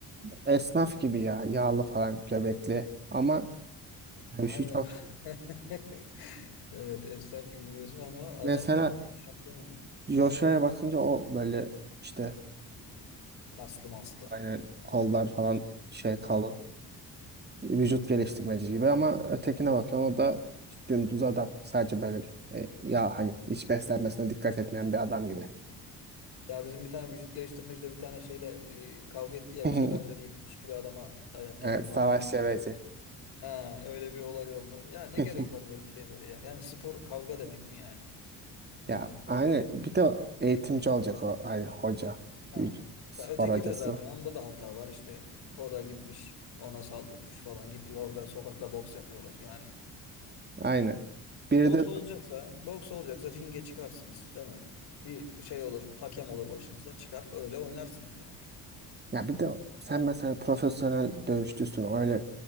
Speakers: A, on the right (about 25°); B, on the left (about 70°).
A: esnaf gibi ya. Yağlı falan göbekli. Ama dövüşü
B: aynen.
A: çok iyi.
B: <laughs> Evet esnaf gibi diyorsun ama adam
A: Mesela
B: büyük şampiyon oldu.
A: Joshua'ya bakınca o böyle işte
B: Kaslı maslı.
A: yani kollar falan şey kalın.
B: Aha.
A: Vücut geliştirmeci gibi ama ötekine bakıyorsun o da dümdüz adam. Sadece böyle e, ya hani hiç beslenmesine dikkat etmeyen bir adam gibi.
B: Evet. Ya bizim bir tane vücut geliştirmeci de bir tane şeyle e, kavga etti ya
A: <laughs>
B: işte ben dedi 70 kilo adama dayak
A: Evet,
B: yemem falan
A: savaş
B: dedi.
A: seveci.
B: Ha öyle bir olay oldu. Ya ne
A: <laughs>
B: gerek var böyle şeylere ya? Yani spor kavga demek mi yani? Şimdi.
A: Ya aynen bir de eğitimci olacak o ay, hoca.
B: Ha.
A: Bir Spor
B: Ya öteki
A: hocası.
B: de zaten onda da hata var işte. O da gitmiş ona saldırmış falan. Gitti orada sokakta boks yapıyorlar yani.
A: Aynen. Bir
B: Boks
A: de
B: olacaksa, boks olacaksa ringe çıkarsınız değil mi? Bir şey olur, hakem olur başınızda çıkar öyle oynarsınız yani.
A: ya bir de sen mesela profesyonel dövüşçüsün. Öyle